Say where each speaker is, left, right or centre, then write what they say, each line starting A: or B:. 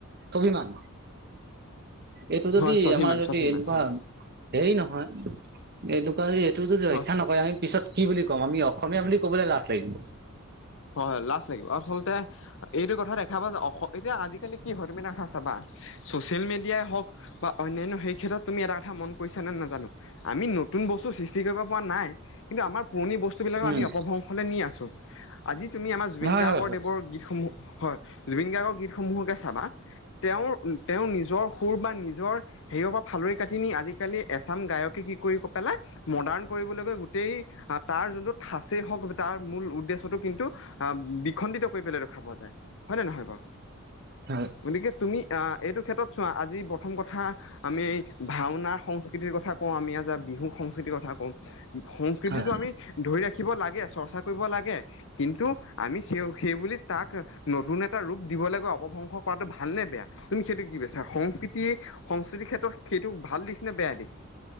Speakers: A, on the right (about 50°); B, on the left (about 65°).
A: স্বাভিমান এইটো যদি
B: হয় স্বাভিমান
A: আমাৰ যদি
B: স্বাভিমান
A: এনেকুৱা
B: হয়
A: হেৰি নহয় এইটো কাৰণে এইটো যদি
B: হয়
A: ৰক্ষা নকৰে আমি পিছত কি বুলি ক'ম আমি অসমীয়া বুলি ক'বলৈ লাজ লাগিব।
B: হয় হয় লাজ লাগিব আচলতে এইটো কথা দেখা পা যে অসমিকে আজিকালি কি হয় তুমি এটা কথা চাবা ছচিয়েল মিডিয়াই হওঁক বা অন্যান্য সেই ক্ষেত্ৰত তুমি এটা মন কৰিছা নে নাজানো আমি নতুন বস্তু সৃষ্টি কৰিব পৰা নাই কিন্তু আমাৰ পুৰণি বস্তু বিলাকো
A: উম,
B: আমি অপভংশলৈ নি আছো। আজি তুমি আমাৰ জবিন
A: হয়,
B: গাৰ্গৰ
A: হয়, হয়,
B: দেৱৰ গীতসমূহ হয় জুবিন গাৰ্গৰ গীতসমূহকে চাবা তেওঁৰ তেওঁ নিজৰ সুৰ বা নিজৰ হেৰিৰ পৰা ফালৰি কাটি নি আজিকালি এচাম গায়কে কি কৰিব পাৰে মডাৰ্ণ কৰিবলৈ গোটেই তাৰ যোনটো থাছেই হওক তাৰ মূল উদ্দেশ্য টো আহ বিখণ্ডিত কৰি পেলাই দেখা পোৱা যায় হয় নে নহয় বাৰু
A: হয়,
B: গতিকে তুমি আহ এইটো ক্ষেত্ৰত চোৱা আজি প্ৰথম কথা আমি ভাওনা সংস্কৃতিৰ কথা কওঁ আমি আজ বিহু সংস্কৃতিৰ কথা কওঁ সংস্কৃতিটো
A: হয়,
B: আমি ধৰি ৰাখিব লাগে চৰ্চা কৰিব লাগে কিন্তু আমি সেই সেইবুলি তাক নতুন এটা ৰূপ দিবলৈ গৈ অপভংস কৰাটো ভালনে বেয়া তুমি সেইটো কি বিছাৰা সংস্কৃতিয় সংস্কৃতিৰ ক্ষেত্ৰত সেইটো ভাল দিশ নে বেয়া দিশ